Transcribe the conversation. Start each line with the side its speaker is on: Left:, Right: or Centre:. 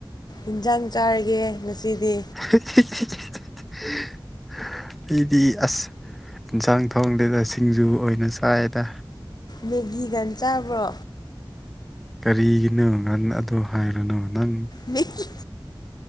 Left: ꯏꯟꯖꯥꯡ ꯆꯥꯔꯒꯦ ꯉꯁꯤꯗꯤ
Centre: <inaudible> ꯑꯩꯗꯤ ꯑꯁ ꯌꯦꯟꯁꯥꯡ ꯊꯣꯡꯗꯣꯗ ꯁꯤꯡꯖꯨ ꯑꯣꯏꯅ ꯆꯥꯏꯗ
Left: ꯃꯦꯒꯤꯒꯥ ꯆꯥꯕ꯭ꯔꯣ
Centre: ꯀꯔꯤꯒꯤꯅꯣ ꯉꯥꯟ ꯑꯗꯨ ꯍꯥꯏꯔꯅꯨ ꯅꯪ
Left: ꯃꯦꯒꯤ